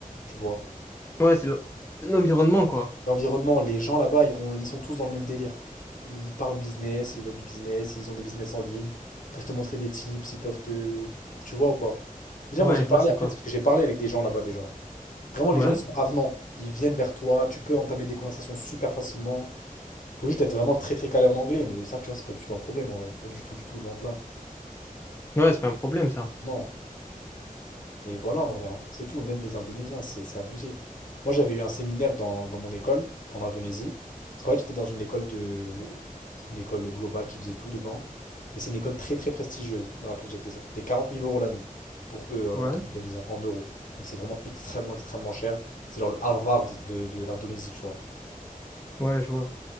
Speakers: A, on the left; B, on the left.
A: Tu vois.
B: Ouais, c'est l'en- l'environnement, quoi.
A: L'environnement, les gens là-bas, ils, ont- ils sont tous dans le même délire. Ils parlent business, ils veulent du business, ils ont des business en ligne. Ils peuvent te montrer des tips, ils peuvent te... Tu vois ou pas? Déjà,
B: Ouais,
A: moi, j'ai
B: je
A: parlé,
B: vois, c'est
A: en
B: quoi.
A: fait, parce que j'ai parlé avec des gens là-bas déjà. Vraiment, les
B: Ouais.
A: gens, ils sont avenants. Ils viennent vers toi, tu peux entamer des conversations super facilement. Faut juste être vraiment très très calé en anglais, mais ça, tu vois, c'est pas du tout un problème en vrai. Pas du tout, du tout, loin de là.
B: Ouais, c'est pas un problème, ça.
A: Non. Et voilà, en vrai, hein. c'est tout. Même les Indonésiens, c'est c'est abusé. Moi, j'avais eu un séminaire dans, dans mon école, en Indonésie. Parce qu'en fait, j'étais dans une école de... une école globale qui faisait tout dedans. Et c'est une école très, très prestigieuse dans laquelle j'étais. Ça coûtait 40 000 euros l'année pour eux, euh,
B: Ouais.
A: en tant qu'Indonésiens, en euros. Donc, c'est vraiment extrêmement, extrêmement cher. C'est genre le Harvard de, de l'Indonésie, tu vois.
B: Ouais, je vois.